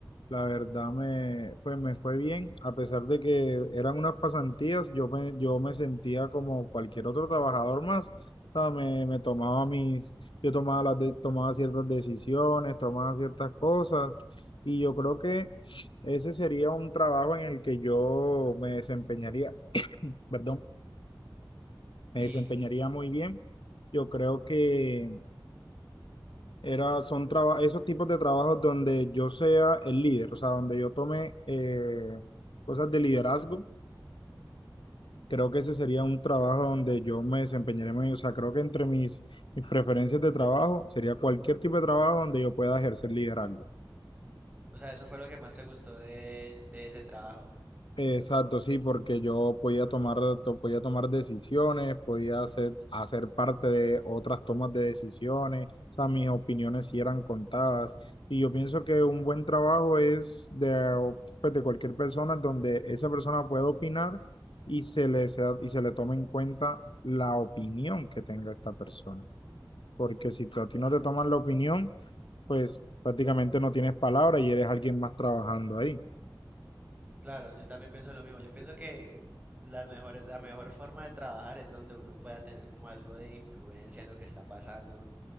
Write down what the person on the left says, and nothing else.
La verdad me, pues me fue bien, a pesar de que eran unas pasantías, yo me, yo me sentía como cualquier otro trabajador más. O sea, me, me tomaba mis, yo tomaba las de- tomaba ciertas decisiones, tomaba ciertas cosas, y yo creo que ese sería un trabajo en el que yo me desempeñaría perdón, me
desempeñaría muy bien. Yo creo que era, son traba- esos tipos de trabajos donde yo sea el líder, o sea, donde yo tome eh, cosas de liderazgo. Creo que ese sería un trabajo donde yo me desempeñaría muy bien. O sea, creo que entre mis, mis preferencias de trabajo sería cualquier tipo de trabajo donde yo pueda ejercer liderazgo.
Exacto, sí, porque yo podía tomar, to- podía tomar decisiones, podía hacer, hacer parte de otras tomas de decisiones, o sea, mis opiniones sí eran contadas. Y yo pienso que un buen trabajo es de, pues, de cualquier persona donde esa persona pueda opinar y se le, sea- y se le tome en cuenta la opinión que tenga esta persona. Porque si tú- a ti no te toman la opinión, pues prácticamente no tienes palabra y eres alguien más trabajando ahí.